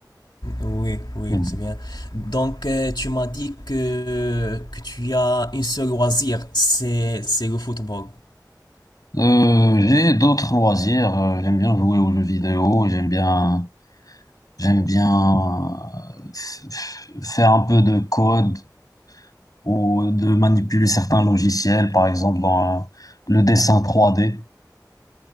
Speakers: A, on the left; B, on the left.
A: Oui, oui,
B: Mhm.
A: c'est bien. Donc, euh, tu m'as dit que, que tu as un seul loisir, c'est, c'est le football.
B: Euh, j'ai d'autres loisirs. Euh, J'aime bien jouer aux jeux vidéo. J'aime bien, j'aime bien euh, f- f- faire un peu de code ou de manipuler certains logiciels, par exemple dans euh, le dessin 3D.